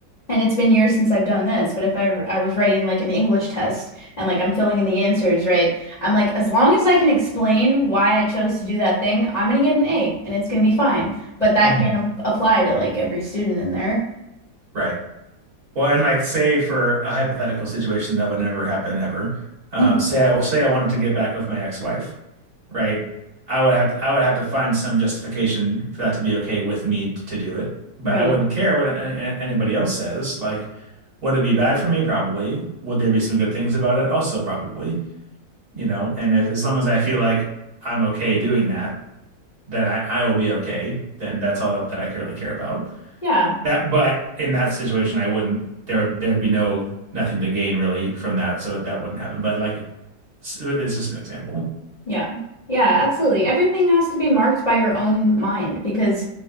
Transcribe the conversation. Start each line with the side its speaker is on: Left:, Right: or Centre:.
Left: and it's been years since I've done this, but if I I was writing like an English test and like I'm filling in the answers, right? I'm like, as long as I can explain why I chose to do that thing, I'm gonna get an A and it's gonna be fine. But that
Right: hmm
Left: can't ap- apply to like every student in there.
Right: Right. Well, and like say for a hypothetical situation that would never happen ever. Um,
Left: Mm.
Right: say I say I wanted to get back with my ex-wife, right? I would have to, I would have to find some justification for that to be okay with me to do it. But
Left: Right.
Right: I wouldn't care what a- a- anybody else says. Like, would it be bad for me? Probably. Would there be some good things about it? Also, probably. You know, and if, as long as I feel like I'm okay doing that, that I, I will be okay, then that's all that, that I really care about.
Left: Yeah.
Right: That, but in that situation, I wouldn't. There, there'd be no nothing to gain really from that, so that wouldn't happen. But like, s- but it's just an example.
Left: Yeah. Yeah, absolutely. Everything has to be marked by your own mind because,